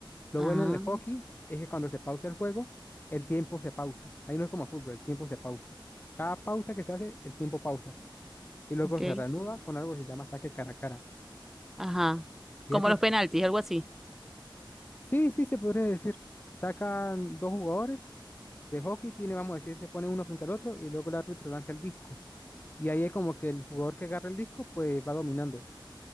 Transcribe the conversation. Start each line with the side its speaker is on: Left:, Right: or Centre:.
Left: Lo
Centre: Ah,
Left: bueno en el hockey es que cuando se pausa el juego, el tiempo se pausa. Ahí no es como fútbol, el tiempo se pausa. Cada pausa que se hace, el tiempo pausa. Y luego
Centre: ok.
Left: se reanuda con algo que se llama saque cara a cara.
Centre: Ajá.
Left: Y
Centre: Como
Left: es entretenido.
Centre: los penaltis, algo así.
Left: Sí, sí, se podría decir. Sacan dos jugadores de hockey, tiene, vamos a decir, se pone uno frente al otro y luego el árbitro lanza el disco. Y ahí es como que el jugador que agarra el disco, pues va dominando,